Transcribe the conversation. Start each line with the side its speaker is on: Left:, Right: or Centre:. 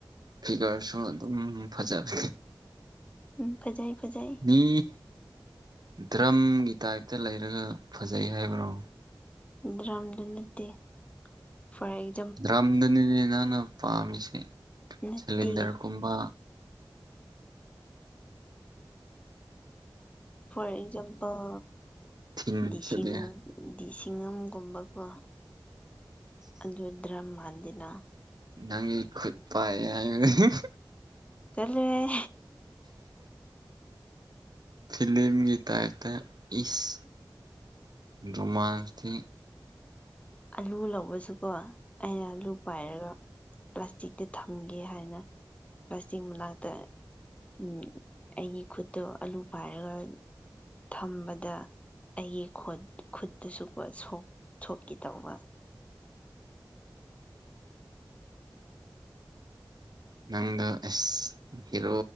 Right: ꯐꯤꯒꯔꯁꯨ ꯑꯗꯨꯝ ꯐꯖꯔꯦ꯫
Left: ꯎꯝ ꯐꯖꯩ ꯐꯖꯩ
Right: ꯃꯤ꯫ ꯗ꯭ꯔꯝꯒꯤ ꯇꯥꯏꯞꯇ ꯂꯩꯔꯒ ꯐꯖꯩ ꯍꯥꯏꯕ꯭ꯔꯣ꯫
Left: ꯗ꯭ꯔꯥꯝꯗꯨ ꯅꯠꯇꯦ ꯐꯔꯩ
Right: ꯗ꯭ꯔꯝꯗꯨꯅꯤꯅꯦ ꯅꯪꯅ ꯄꯥꯝꯃꯤꯁꯦ
Left: ꯅꯠꯇꯦ
Right: ꯁꯤꯂꯤꯟꯗꯔꯒꯨꯝꯕ꯫
Left: Four example
Right: ꯊꯤꯟꯁꯤꯗꯤ
Left: ꯗꯤꯁꯤꯡ꯫ ꯗꯤ ꯁꯤꯡꯉꯝꯒꯨꯝꯕꯀꯣ ꯑꯗꯨ ꯗ꯭ꯔꯝꯃꯥꯟꯗꯦꯅ꯫
Right: ꯅꯪ ꯈꯨꯠ ꯄꯥꯏ ꯍꯥꯏꯕꯅꯤ꯫
Left: ꯇꯜꯂꯤꯍꯦ꯫
Right: ꯐꯤꯂꯤꯌꯝꯒꯤ ꯇꯥꯏꯞꯇ ꯏꯁ ꯔꯣꯃꯥꯟꯁꯇꯤ꯫
Left: ꯑꯂꯨ ꯂꯧꯕꯁꯨꯀꯣ ꯑꯩꯅ ꯑꯂꯨ ꯄꯥꯏꯔꯒ ꯄ꯭ꯂꯥꯁꯇꯤꯛꯇ ꯊꯝꯒꯦ ꯍꯥꯏꯅ ꯄ꯭ꯂꯥꯁꯇꯤꯛ ꯃꯅꯥꯛꯇ ꯎꯝ ꯑꯩꯒꯤ ꯈꯨꯠꯇꯣ ꯑꯂꯨ ꯄꯥꯏꯔꯒ꯫ ꯊꯝꯕꯗ ꯑꯩꯒꯤ ꯈꯨꯠ ꯈꯨꯠꯇꯁꯨ ꯄꯣꯠ ꯁꯣꯛ꯫ ꯀꯤꯇꯧꯕ꯫
Right: ꯅꯪꯗ ꯑꯦꯁ ꯍꯤꯔꯣ꯫